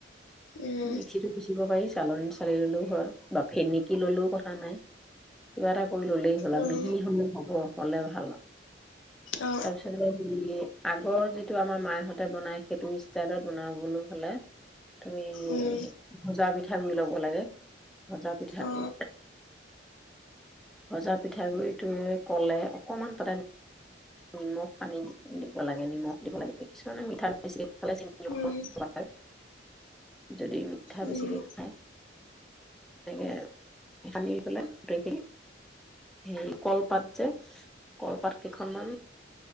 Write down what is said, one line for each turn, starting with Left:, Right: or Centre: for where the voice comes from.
Left: উম
Centre: মিক্সিতটো পিচিব পাৰি চালনী চালি ললেও হয় বা ফেনিকি ললেও কথা নাই কিবা এটা কৰি ললেই হ'ল
Left: উম
Centre: আমি- সি হলে হব হলে ভাল
Left: অ অ
Centre: আৰু তাৰপিছতে সে আগৰ যিটো আমাৰ মায়হঁতে বনাই সেইটো ষ্টাইলত বনাবলৈ হলে তুমি
Left: উম
Centre: ভজা পিঠাগুৰি লব লাগে ভজা পিঠাগুৰি
Left: অ
Centre: ভজা পিঠাগুৰিত- টোৱে ক'লে অকণমান তাতে নিমখ সানি দিব লাগে নিমখ দিব লাগে কিছুমানে মিঠা বেছিকৈ খালে চিন লব
Left: উম
Centre: নালাগে যদি মিঠা বেছিকৈ
Left: উম
Centre: খায় তেনেকে সানি পেলাই গোটেইখিনি সেই। কলপাত যে কলপাত কেইখনমান